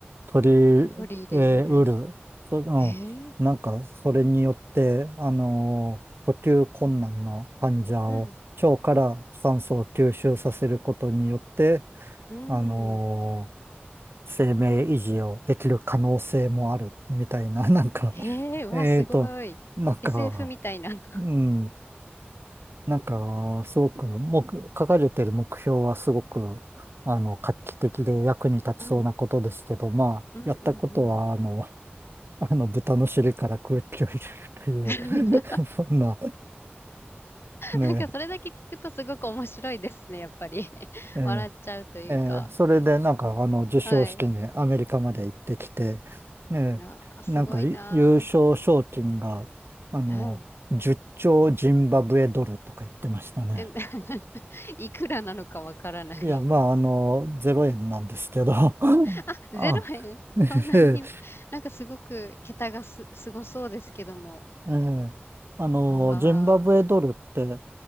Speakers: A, on the right; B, on the left.
A: 取り、
B: 取り入れれる。
A: えー、うる。そ、うん、
B: へえ、
A: なんか、それによって、あの、呼吸困難の患者を腸から酸素を吸収させることによって、
B: うん、うん。
A: あの生命維持をできる可能性もあるみたいな、<laughs> なんか、
B: へえ、わ、
A: えっと、
B: すごい。
A: なんか、
B: SF みたいな。
A: うん、んなんか、すごく、もう、書かれてる目標はすごく、あの、画期的で役に立ちそうなことですけど、
B: うん、
A: まあ、
B: うん、
A: やったことは、
B: うん、うん。
A: あの、あの、豚の尻から空気を入れるという、
B: <laughs>
A: <laughs> そんな、ね
B: なんかそれだけ聞くとすごく面白いですね、やっぱり。<laughs>
A: え、えー
B: 笑っちゃうというか。
A: えーそれでなんかあの授賞式にアメリカまで行ってきて、
B: はい。
A: ねなんかい優勝賞金があの10兆ジンバブエドルとか言ってましたね。
B: なあ、すごいなあ。はい。え、<laughs> いくらなのかわからない。
A: いや、まああのゼロ円なんですけど <laughs>
B: <laughs>
A: あ、
B: ゼロ円 <laughs>
A: <laughs>
B: そんなに、
A: え
B: <laughs> なんかすごく桁がす、すごそうですけども。
A: えあのジンバブエドルって、
B: あ